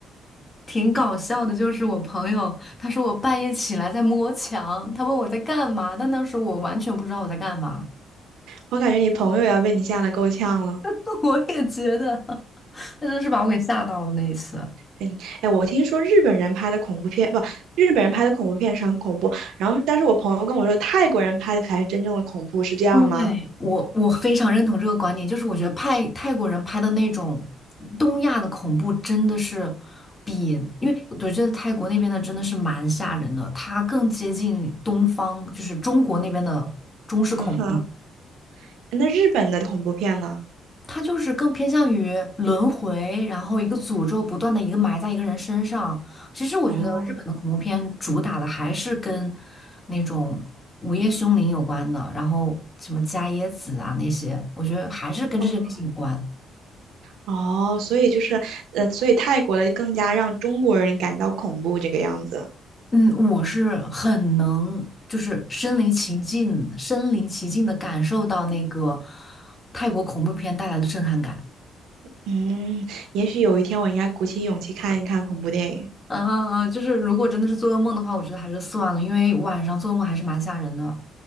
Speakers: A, on the left; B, on the right.
A: 挺搞笑的，就是我朋友，他说我半夜起来在摸墙，他问我在干嘛，但当时我完全不知道我在干嘛。
B: 我感觉你朋友也要被你吓得够呛了。
A: <laughs> 我也觉得，那真是把我给吓到了那一次。
B: 哎，哎，我听说日本人拍的恐怖片，不，日本人拍的恐怖片是很恐怖。然后，但是我朋友跟我说，泰国人拍的才是真正的恐怖，是这样吗？
A: 对，我我非常认同这个观点，就是我觉得派泰国人拍的那种东亚的恐怖真的是比，因为我觉得泰国那边的真的是蛮吓人的，它更接近东方，就是中国那边的中式恐怖。
B: 嗯哼，那日本的恐怖片呢？
A: 它就是更偏向于轮回，然后一个诅咒不断的一个埋在一个人身上。其实我觉得日本的恐怖片主打的还是跟
B: 哦，
A: 那种午夜凶铃有关的，然后什么伽椰子啊那些，我觉得还是跟这些类型有关。
B: 嗯，哦，所以就是，呃，所以泰国的更加让中国人感到恐怖这个样子。
A: 嗯，我是很能就是身临其境、身临其境的感受到那个泰国恐怖片带来的震撼感。
B: 嗯，也许有一天我应该鼓起勇气看一看恐怖电影。
A: 嗯嗯嗯，就是如果真的是做噩梦的话，我觉得还是算了，因为晚上做噩梦还是蛮吓人的。